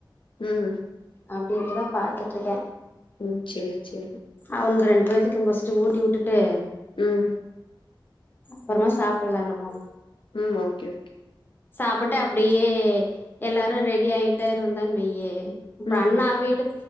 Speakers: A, on the left; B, on the left.
A: ம்
B: அப்டின்ட்டுதா பாத்துட்ருக்கே
A: ம் சேரி சேரி
B: அவுனுங்க ரெண்டு பேத்துக்கு ஃபர்ஸ்ட்டு ஊட்டி வுட்டுட்டு
A: ம்
B: அப்றமா சாப்பெல்லா நம்ப
A: ம் ஓகே ஓகே
B: சாப்ட்டு அப்டியே எல்லாரு ரெடி ஆயிட்டே இருந்தோனு வையி இப்ப
A: ம்
B: அண்ணா வீடு